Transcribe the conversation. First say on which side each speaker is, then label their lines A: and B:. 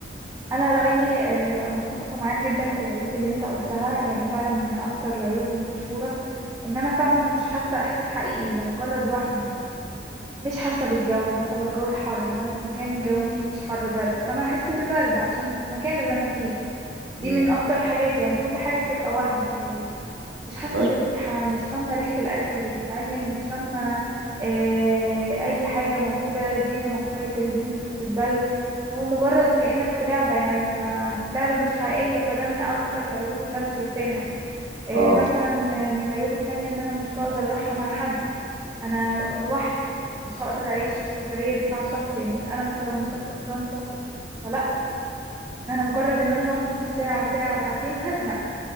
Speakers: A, on the right; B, on the right.
A: انا رأيي آه، متفقة معاك جدا في العيوب اللي انت قلتها يعني فعلا من اكتر العيوب المشهورة ان انا فعلا مش حاسة احساس حقيقي ده مجرد وهم يعني مش حاسة بالجو مثلا لو الجو الحر وانا في مكان الجو فيه مش حر برد فانا هحس بالبرد عشان في المكان اللي انا فيه دي
B: مم.
A: من اكتر الحاجات يعني كل حاجة بتبقى وهم حواليك مش حاسة
B: أي-
A: بالريحة مش شامة ريحة الاكل اللي بيتعمل مش شامة آه، اي حاجة موجودة الدنيا مطرت هدومي مش هتتبل هو مجرد كأنك في لعبة يعني فلعبة مش حقيقية فده من اكتر العيوب اللي انا شايفاها آه،
B: اه
A: مثلا آه، من العيوب التانية ان انا مش بقدر اروحها مع حد انا لوحدي مش هقدر اعيش السفرية دي مع شخص يعني انا مثلا لو مسافرة فرنسا فلا انا مجرد ان انا هقعد نص ساعة ساعة ساعتين هزهق